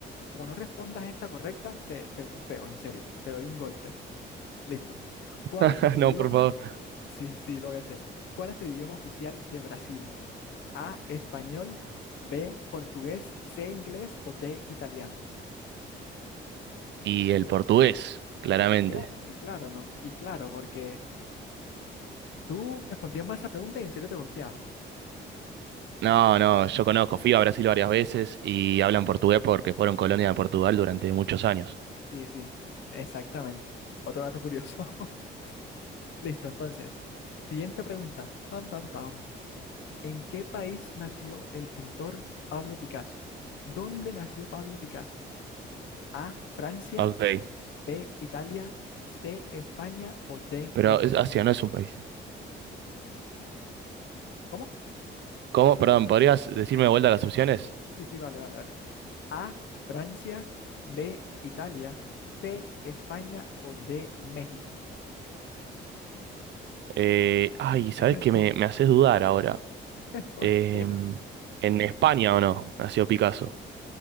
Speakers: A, on the left (about 70°); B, on the right (about 65°).
A: como no respondas esta correcta, te, te golpeo, en serio. Te doy un golpe. Listo. ¿Cuál
B: <laughs>
A: es el
B: No,
A: idioma?
B: por favor.
A: Sí, sí, lo voy a hacer. ¿Cuál es el idioma oficial de Brasil? A, español, B, portugués, C, inglés o D, italiano.
B: Y el portugués, claramente.
A: Y claro, y claro, ¿no? Y claro, porque... Tú respondías mal esa pregunta y en serio te golpeaba.
B: No, no, yo conozco, fui a Brasil varias veces y hablan
A: ¿En
B: portugués
A: serio?
B: porque fueron colonia de Portugal durante muchos años.
A: Sí, sí, exactamente. Otro dato curioso. <laughs> Listo, entonces. Siguiente pregunta. Tam, tam, tam. ¿En qué país nació el pintor Pablo Picasso? ¿Dónde nació Pablo Picasso? A, Francia,
B: Ok,
A: B, Italia, C, España o D,
B: pero
A: México.
B: es- Asia no es un país.
A: ¿Cómo?
B: ¿Cómo? Perdón, ¿podrías decirme de vuelta las opciones?
A: Sí, sí, vale, vale, vale. A, Francia, B, Italia, C, España o D, México.
B: Eh, ay, ¿sabes
A: ¿Quién responde?
B: qué? Me, me haces dudar ahora.
A: <laughs> ¿Por
B: Em,
A: qué?
B: ¿en España o no? Nació Picasso.